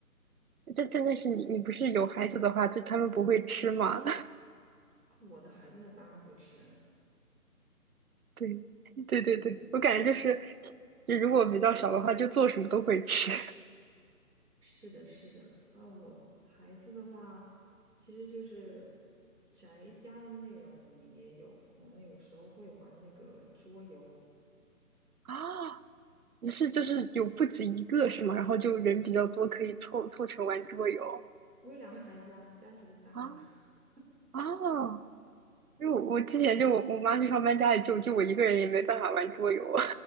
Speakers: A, on the right; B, on the right.
A: 但但但是你你不是有孩子的话，就他们不会吃吗？
B: 啊我的孩子那当然会吃啊，
A: <laughs> 对对对对，
B: 对对对对对，
A: 我感觉就是，就如果比较小的话，就做什么都会吃。
B: 是的，是的。啊，我孩子的话，其实就是宅家的内容，我们也有，我们有时候会玩那个桌游。
A: <laughs> 啊，你是就是有不止一个是吗？然后就人比较多，可以凑凑成玩桌游
B: 我有两个孩子啊，加起就三个啦。
A: 啊
B: <laughs>
A: 啊！因为我我之前就我我妈去上班，家里就就我一个人也没办法玩桌游 <laughs>